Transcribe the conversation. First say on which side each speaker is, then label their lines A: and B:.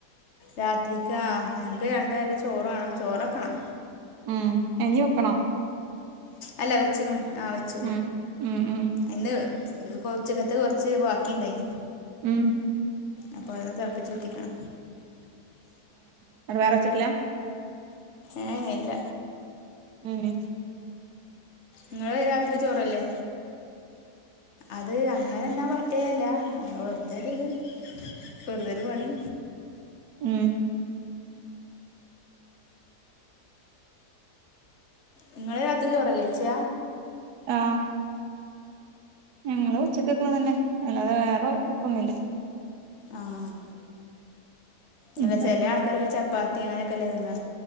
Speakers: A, on the left; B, on the right.
A: രാത്രിക്കാ ഞങ്ങക്ക് രണ്ടേരം ചോറ് വാണം ചോറക്കണം
B: മ് <unintelligible>
A: അല്ല വെച്ച്ക്ക്‌ണ് ആഹ് വെച്ചു
B: ഉം ഉം ഉം
A: ഇന്ന് ഹ് ഉച്ചകത്തെ കൊർച്ച് വാക്കിണ്ടേയിനു
B: ഉമ്
A: അപ്പ അഹ് തൾപിച്ചൂറ്റിക്ക്ണ്
B: ന്ന്ട്ട് വേറെ വെച്ചിട്ടില്ല
A: ഏഹ് ഏഹ് ഇല്ല
B: ഉമ്
A: ങ്ങള് രാത്രി ചോറല്ലെ അത് അങ്ങനെന്നാ ബാ റ്റേ ല്ല ഏഹ് വെറുതരു ത് വെറുതൊരു പണി
B: ഉമ്
A: നിങ്ങള് രാത്രി ചോറല്ലേ കഴിച്ചേ
B: ആ ഞങ്ങള് ഉച്ചക്ക്ക്കെ അതന്നെ അല്ലാതെ വേറെ വെക്കൊന്നില്ല
A: ആഹ്
B: ഉം
A: അല്ല ചെല ആൾക്കാരൊക്കെ ചപ്പാത്തി അങ്ങനെയൊക്കെല്ലേ തിന്നെ